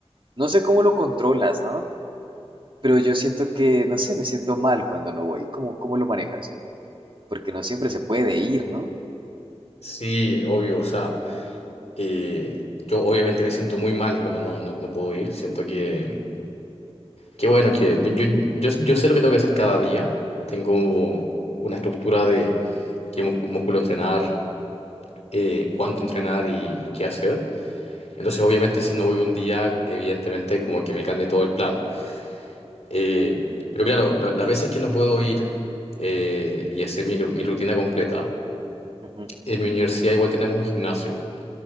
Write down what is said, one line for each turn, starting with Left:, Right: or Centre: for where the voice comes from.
Right: no sé cómo lo controlas, ¿no? Pero yo siento que, no sé, me siento mal cuando no voy. ¿Cómo, cómo lo manejas? Porque no siempre se puede ir, ¿no?
Left: Sí, obvio, o sea. Eh, yo obviamente me siento muy mal cuando no, no, no puedo ir. Siento que, que bueno, que yo, yo, yo, yo sé lo que tengo que hacer cada día. Tengo una estructura de qué múscu- músculo entrenar, eh, cuánto entrenar y, y qué hacer. Entonces, obviamente, si no voy un día, evidentemente como que me cambia todo el plan. Eh, pero claro, la- las veces que no puedo ir eh, y hacer mi, mi rutina completa,
Right: Ujú.
Left: en mi universidad igual tenemos un gimnasio.